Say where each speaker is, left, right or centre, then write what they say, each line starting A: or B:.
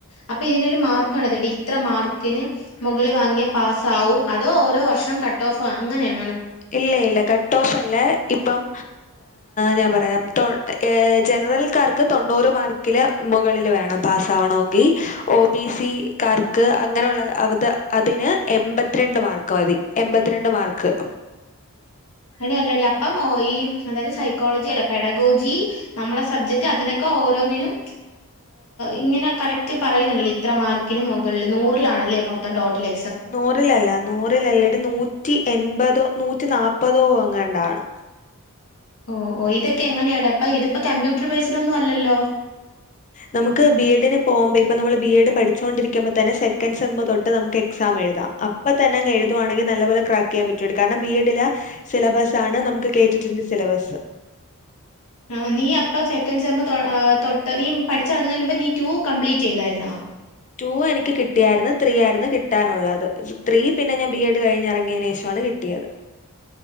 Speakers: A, on the left (about 75°); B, on the left (about 35°).
A: അപ്പൊ ഇതിനൊരു മാർക്കാണോ ഇത്ര മാർക്കിന് മുകളിൽ വാങ്ങിയ പാസ്സാവും അതോ ഓരോ വർഷം കട്ട് ഓഫ് അങ്ങനെയ
B: ഇല്ല ഇല്ല കട്ട് കട്ട് ഓഫ് അല്ല ഇപ്പം ഞാൻ പറയാ ജനറൽക്കാർക്ക് തൊണ്ണൂറ് മാർക്കില് മുകളിൽ വേണം പാസ് ആവണെങ്കി ഒ ബി സി കാർക്ക് അങ്ങനെയുള്ള അ അതിന് എമ്പത്തിരണ്ട് മാർക്ക് മതി എൻമ്പത്തിരണ്ട് മാർക്ക്
A: അ അല്ലടി അപ്പം ഈ അതായത് സൈക്കോളജി അല്ല പെടഗോജി നമ്മളെ സബ്ജക്ട് അതിനൊക്കെ ഓരോന്നിനും ഇങ്ങനെ കറക്റ്റ് പറയുന്നുണ്ടല്ലോ ഇത്ര മാർക്കിന് മുകളിൽ നൂറിലാണല്ലേ മൊത്തം ടോട്ടല്
B: നൂറിലല്ല നൂറിലല്ലടി നൂറ്റി എൻപതോ നൂറ്റി നാല്പ്പതോ അങ്ങാണ്ടാണ്
A: ഓ ഓ ഇതൊക്കെ എങ്ങനെണ് അപ്പൊ ഇതിപ്പോ കമ്പ്യൂട്ടർ ബേയ്സിലൊന്നും അല്ലല്ലോ
B: നമുക്ക് ബി എഡിന് പോകുമ്പോ ഇപ്പ നമ്മള് ബി എഡ് പഠിച്ചുൊണ്ടിരിക്കുമ്പോ തന്നെ സെക്കൻ സെമ്മ് തൊട്ട് നമുക്ക് എക്സാം എുതാം അപ്പം തന്നെ അങ്ങ് എഴുവാണെങ്കിൽ നല്ലപോലെ ക്രാക്ക് ചെയ്യാൻ പറ്റൂ കാരണം ബി എഡിലെ സിലബസ് ആണ് നമുക്ക് കേട്ടിട്ടുണ്ട് സിലബസ്
A: ആ നീ അപ്പം സെക്കൻഡ് സെമ്മ തൊട്ട് നീ പഠിച്ചിറങ്ങുന്നതിന്നു മുമ്പേ നീ ട്യൂ കംപ്ലീറ്റ് ചെയ്തായിരുന്നാ
B: ടു എനിക്ക് കിട്ടിയായിരുന്നു ത്രീ ആയിരുന്നു കിട്ടാനുള്ളത് ത്രീ പിന്നെ ഞാൻ ബി എഡ് കഴിഞ്ഞിറങ്ങിയതിന് ശേഷണ് കി കിട്ടിയത്